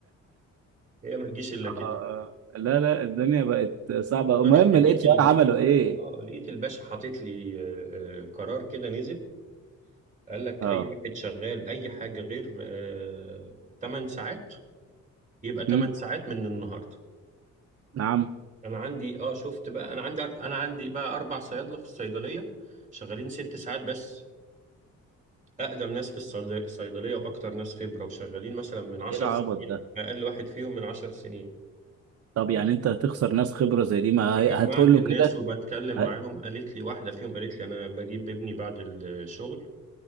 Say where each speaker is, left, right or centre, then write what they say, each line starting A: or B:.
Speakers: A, on the right; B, on the right.
A: هي ما تجيش الا
B: آه.
A: كده
B: لا لا الدنيا بقت صعبه
A: انا
B: المهم
A: رحت لقيت
B: الاتش
A: ال...
B: ار عملوا ايه
A: اه لقيت الباشا حاطط لي آه، آه، قرار كده نزل قال لك
B: اه
A: اي واحد شغال اي حاجه غير آه 8 ساعات يبقى 8
B: هم؟
A: ساعات من النهارده
B: نعم
A: انا عندي اه شفت بقى انا عندي انا عندي بقى اربع صيادله في الصيدليه شغالين ست ساعات بس اقدم ناس في الصيد- الصيدليه واكتر ناس خبره وشغالين مثلا من 10
B: ايه العبط
A: سنين
B: ده
A: اقل واحد فيهم من 10 سنين
B: طب يعني انت هتخسر ناس خبره زي دي ما
A: فجمعت
B: هي- هتقول له
A: الناس
B: كده
A: وبتكلم
B: ه-
A: معاهم قالت لي واحدة فيهم قالت لي أنا بجيب ابني بعد الشغل